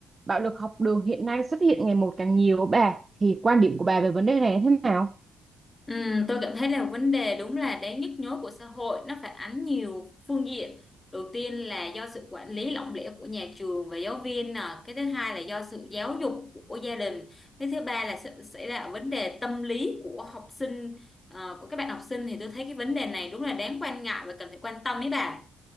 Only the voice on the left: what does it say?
Ừ, tôi cảm thấy là vấn đề đúng là đáng nhức nhối của xã hội nó phản ánh nhiều phương diện đầu tiên là do sự quản lý lỏng lẻo của nhà trường và giáo viên nè cái thứ hai là do sự giáo dục của gia đình cái thứ ba là sự- sẽ là vấn đề tâm lý của học sinh ờ, của các bạn học sinh thì tôi thấy cái vấn đề này đúng là đáng quan ngại và cần phải quan tâm ấy bà